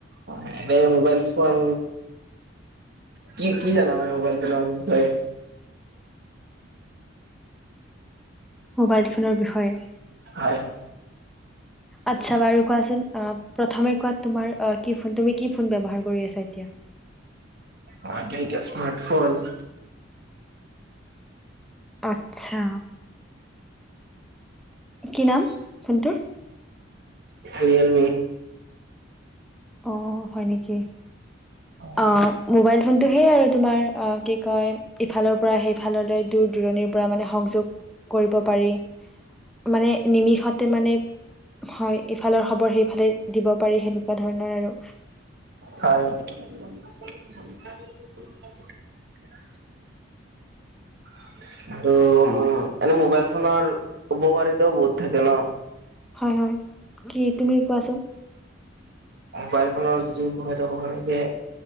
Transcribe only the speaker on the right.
অ' এনে মোবাইল ফোন কি কি জানা মানে মোবাইল ফোনৰ বিষয়ে?
হয়।
অ' মইটো এতিয়া স্মাৰ্ট ফোন
অহ ৰিয়েলমি।
হয়,
হয় <inaudible> <inaudible> আৰু উম এনে মোবাইল ফোনৰ উপকাৰিতাও বহুত থাকে ন!
মোবাইল ফোনৰ যিটো উপ <unintelligible> থাকে